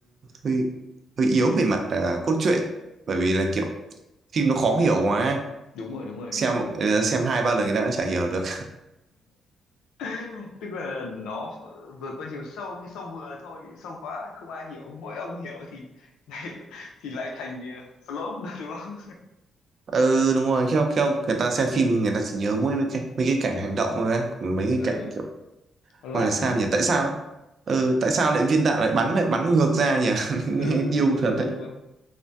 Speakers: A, on the right; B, on the left.
A: hơi hơi yếu về mặt à, cốt truyện bởi vì là kiểu phim nó khó hiểu quá
B: đúng rồi đúng rồi
A: xem
B: đúng rồi
A: ờ, xem hai ba lần người ta đã chả hiểu được
B: <laughs> tức là nó vừa có chiều sâu nhưng sâu vừa thôi sâu quá không ai hiểu mỗi ông hiểu thì <laughs> thì lại thành ờ, flop đó đúng không
A: <laughs> ừ đúng rồi theo theo người ta xem phim người ta chỉ nhớ mỗi mấy cái mấy cái cảnh hành động thôi á còn mấy cái
B: ừ
A: cảnh kiểu
B: lạ
A: gọi là sao
B: mắt
A: nhỉ tại sao ừ tại sao lại viên đạn lại bắn lại bắn ngược ra nhỉ <laughs> Nghe
B: ừ
A: điêu
B: đúng rồi
A: thật
B: đúng rồi
A: đấy
B: đúng rồi